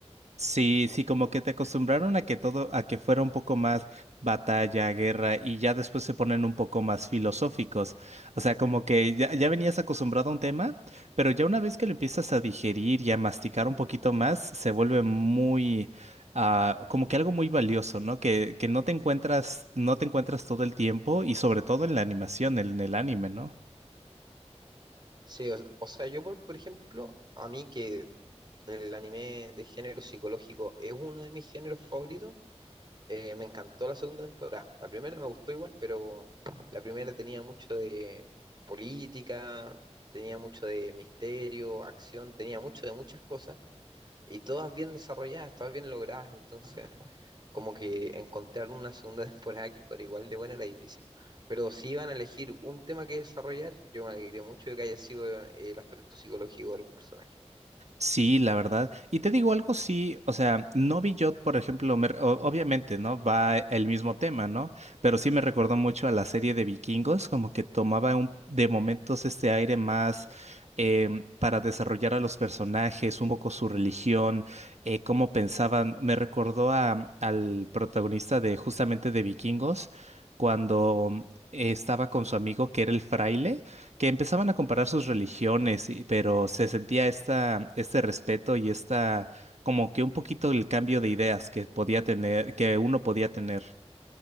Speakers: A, on the right; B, on the right.
A: Sí, sí, como que te acostumbraron a que todo, a que fuera un poco más batalla, guerra, y ya después se ponen un poco más filosóficos. O sea, como que ya, ya venías acostumbrado a un tema, pero ya una vez que lo empiezas a digerir y a masticar un poquito más, se vuelve muy, ah, como que algo muy valioso, ¿no? Que, que no te encuentras, no te encuentras todo el tiempo, y sobre todo en la animación, en el anime, ¿no?
B: Sí, o, o sea, yo por, por ejemplo, a mí que el anime de género psicológico es uno de mis géneros favoritos, eh, me encantó la segunda temporada. La primera me gustó igual, pero la primera tenía mucho de política, tenía mucho de misterio, acción, tenía mucho de muchas cosas y todas bien desarrolladas, todas bien logradas, entonces como que encontrar una segunda <laughs> temporada que fuera igual de buena era difícil. Pero si iban a elegir un tema que desarrollar, yo me alegré mucho de que haya sido eh, el aspecto psicológico de los personajes.
A: Sí, la verdad. Y te digo algo, sí, o sea, no vi yo, por ejemplo, me re- o- obviamente, ¿no? Va e, el mismo tema, ¿no? Pero sí me recordó mucho a la serie de Vikingos, como que tomaba un, de momentos este aire más em, para desarrollar a los personajes, un poco su religión, eh, cómo pensaban. Me recordó a- al protagonista de justamente de Vikingos, cuando eh, estaba con su amigo que era el fraile que empezaban a comparar sus religiones, y- pero se sentía esta, este respeto y esta, como que un poquito el cambio de ideas que podía tener, que uno podía tener.